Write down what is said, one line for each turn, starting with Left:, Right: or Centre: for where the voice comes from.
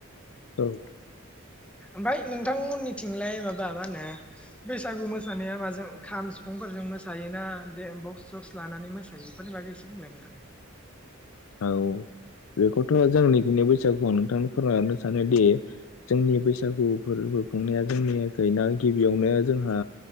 Left: औ।
Centre: ओमफाय नोंथांमोननिथिंलाय माबा मा होनो बैसागु मोसानाया माजों खाम सिफुंफोरजों मोसायोना बक्स जक्स लानानै मोसायोफोर लाग एसे बुंलाय नदां
Left: औ बेखौथ' जोंनिखिनि बैसागुखौ आं नोंथांनो फोरमायलरनो सानोदि जोंनि बैसागुफोर खुंनाया जोंनिफ्राया गिबियावनो जोंहा